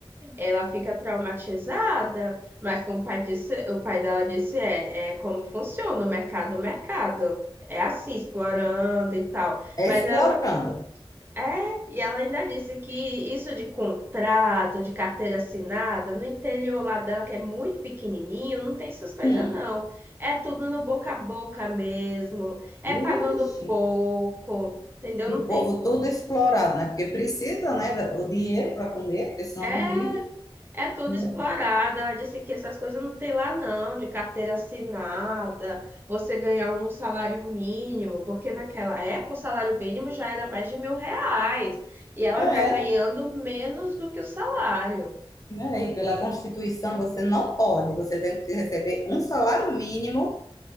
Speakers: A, on the right (about 25°); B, on the left (about 35°).
A: Ela fica traumatizada, mas como o pai disse, o pai dela disse, é, é como funciona o mercado, o mercado. É assim, explorando e tal.
B: é
A: Mas
B: explorando.
A: ela é, e ela ainda disse que isso de contrato, de carteira assinada, no interior lá dela, que é muito pequenininho, não tem essas coisas
B: Hum.
A: não. É tudo no boca a boca mesmo, é
B: Vixe.
A: pagando pouco, entendeu?
B: E
A: Não
B: o
A: tem.
B: povo todo explorado, né? Porque precisa, né, do do dinheiro para comer, porque senão
A: É.
B: não vive.
A: É tudo
B: né?
A: explorada, Ela disse que essas coisas não tem lá, não, de carteira assinada, você ganhar um salário mínimo, porque naquela época o salário mínimo já era mais de mil reais, e ela
B: É,
A: ainda ganhando menos do que o salário.
B: né? E pela Constituição você não pode, você tem que receber um salário mínimo